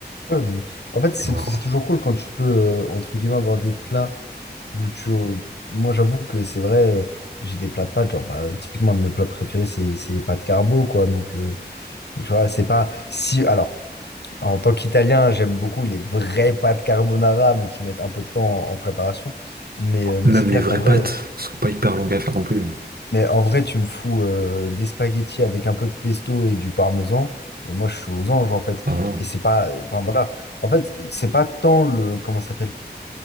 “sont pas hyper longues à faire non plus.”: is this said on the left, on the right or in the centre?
Right